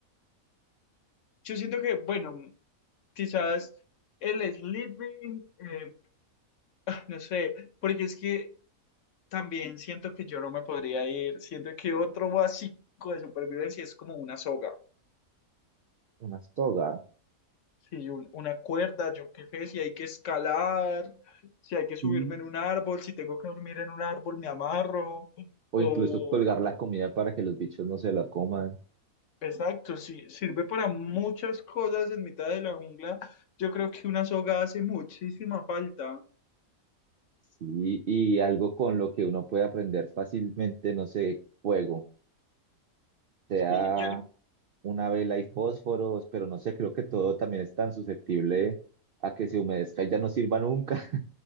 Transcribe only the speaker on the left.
yo siento que, bueno, quizás el sleeping, eh, ah, no sé, porque es que también siento que yo no me podría ir. Siento que otro básico de supervivencia es como una soga.
Si un- una cuerda, yo qué sé, si hay que escalar, si hay que subirme
en un árbol, si tengo que dormir en un árbol, me amarro.
O,
exacto, si sirve para muchas cosas en mitad de la jungla. Yo creo que una soga hace muchísima falta.
Sí, yo